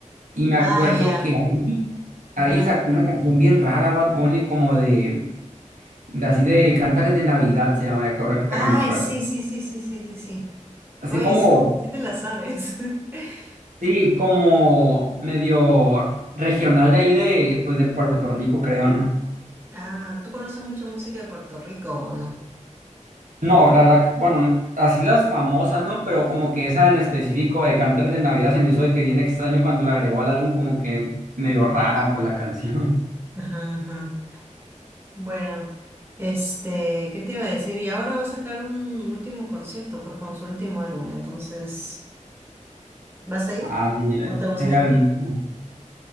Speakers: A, on the right (about 90°); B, on the right (about 15°).
A: Y me acuerdo
B: Ah, ya.
A: que ahí, ahí
B: Ajá.
A: sacó una canción bien rara, Bad Bunny, como de, de así de Cantares de Navidad se llama, que ahora que
B: Ay,
A: que me acuerdo.
B: sí, sí, sí, sí, sí, sí, sí.
A: Así
B: Oye,
A: como,
B: sí, te- sí te la sabes. <laughs>
A: sí, como medio regional de ahí de, pues de Puerto Rico, creo, ¿no?
B: Ah, ¿tú conoces mucha música de Puerto Rico o no?
A: No, la verdad, bueno, así las famosas, ¿no? Pero como que esa en específico de Cantares de Navidad se me hizo de que bien extraño cuando la agregó al álbum, como que medio rara por la canción. <laughs>
B: Ajá, ajá. Bueno, este, ¿qué te iba a decir? Y ahora va a sacar un último concierto, pues con su último álbum, entonces, ¿vas a ir?
A: Ah, sí, eh,
B: ¿No te gustaría?
A: se había visto.